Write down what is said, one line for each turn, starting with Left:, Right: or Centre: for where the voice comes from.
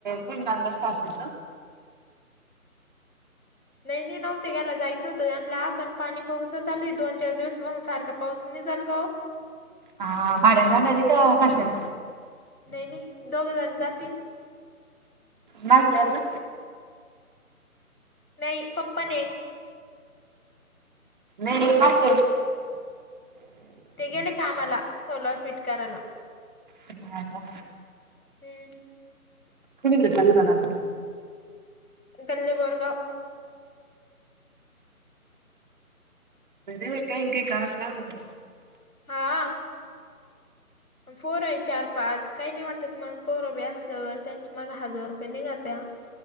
Right: पिंडंद असत असत.
Left: नाही नाही नव्हते ग्याला जायचं होतं जाला पण पाणी पाऊस चालू आहे दोन चार दिवस म्हसून सारखा पाऊस नाही. चालगव
Right: हा भाड दध का कशल
Left: नाही नाही दोघ जण जातील.
Right: मज या का?
Left: नाही पप्पाने
Right: नाही काध
Left: ते गेले कामाला सोलर फिट कराला.
Right: ह का?
Left: हम्म.
Right: तिवरे लवाान
Left: गल्लेबोर्गा
Right: अरे काही काही कारच लावत.
Left: हा. पोर आहे चार पाच काही नाही वाटत मग पोरभे असल्यावर त्यांचे माग हजार रुपये निघा त्या्या